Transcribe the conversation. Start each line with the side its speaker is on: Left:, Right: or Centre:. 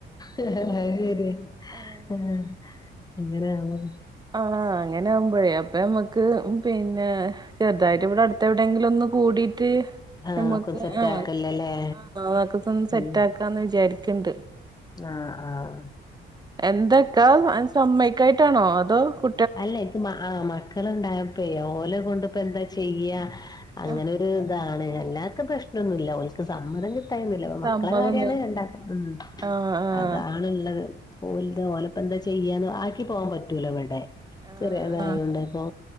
Left: ഹ്ഹ്ഹ അശരിയ
Right: ആഹ്
Left: ഹെ ഇങ്ങനെ ആണ്
Right: ആഹ അങ്ങനെ ആകുമ്പോയെ അപ്പൊ നമ്മുക്ക് പിന്നെ ചെറുതായിട്ട് ഇവിടെ അടുത്തെ എവിടെങ്കിലും ഒന്ന് കൂടി റ്റ്
Left: ആഹ്
Right: നമ്മുക്ക്
Left: ഒക്കെ സെറ്റ്
Right: ആഹ്
Left: ആക്കല്ലല്ലേ
Right: ആഹ് ആൻക്കപ്പം സെറ്റ്
Left: ഉം
Right: ആക്കാന്ന് വിചാരിക്കണ്ട്
Left: ആഹ് ആഹ്
Right: എന്തക്കാ അൻ സമ്മയ്ക്കായിട്ടാണോ അതോ കു
Left: അല്ല ഇനിക്ക് ആഹ് മക്കളുണ്ടായ പ്പേ ഓലെ കൊണ്ട്പ്പ എന്താ ചെയ്യാ അങ്ങനെ
Right: ആഹ്
Left: ഒരു ഇതാണ് എല്ലാർക്കും പ്രശ്നോന്നുല്ല ഓൾക്ക് സമ്മതം കി ടൈമിലോ മക്കള
Right: സമ്മതം
Left: കാര്യാണ്
Right: ഒന്നും
Left: ണ്ടാക്ക ഉം
Right: ആഹ് ആഹ്
Left: അതാണ് ഇള്ളത് ഓല്ത ഓലപ്പന്താ ചെയ്യാന്ന് ആക്കി പോവാൻ പറ്റൂല ഇവിടെ
Right: ആഹ്
Left: ചെറിയതായതോണ്ട്
Right: ആഹ്
Left: അപ്പൊ